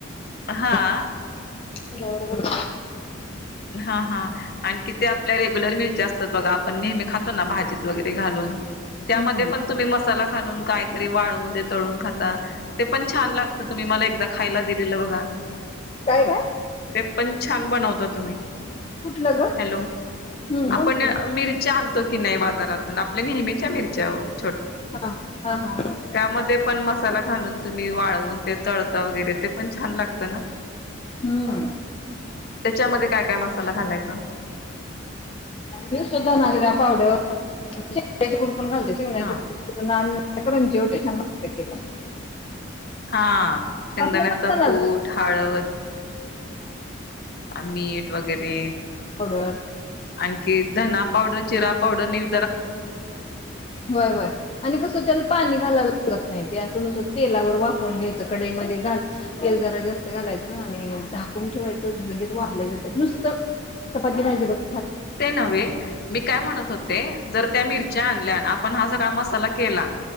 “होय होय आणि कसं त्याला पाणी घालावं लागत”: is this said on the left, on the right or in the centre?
Left